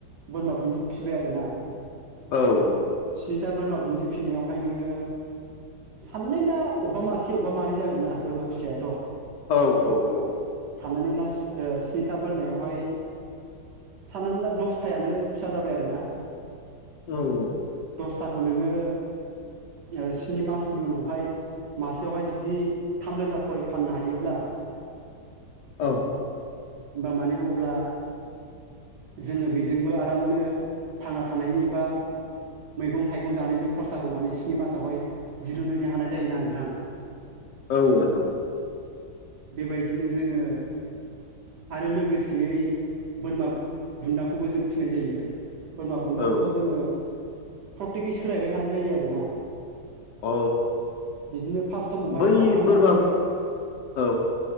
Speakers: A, on the right (about 75°); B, on the left (about 80°).
A: बोरमा बुन्दि फिबाय आरोना।
B: औ औ।
A: स्निथा बोरमा बुन्दि फिनायावहाय नोङो साननैला अब्बा मासे अब्बा मानै जागोन ना बोरमा फिसायाथ'।
B: औ औ औ।
A: साननानै लास ओ स्निथा बोरमायावहाय साननानै ला दसथायानो फिसा जाबाय आरोना।
B: औ औ
A: थाखौ नोङो ओ स्नि मासनि उनावहाय मासेयावहाय जुदि थामरोजा खरि फाननो हायोब्ला <inaudible>
B: औ
A: होनबा माने अब्ला जोङो बेजोंबो आरामनो थांना थानायनि बा मैगं थाइगं जानायनि खरसाखौ माने स्नि मासावहाय दिरुनहैनो हानाय जायोना। थां
B: औ नोंथां औ
A: बेबायदिनो जोङो आरो लोगोसेयै बोरमा बुन्दाखौबो जों फिनाय जायो। बोरमा बुन्दाखौबो
B: औ
A: जोङो प्रतेकै सोलायबाय थानाय जायो आरोना।
B: अ
A: बिदिनो फास समावहाय
B: बै
A: माथाम
B: बोरमा
A: लासिगोन
B: औ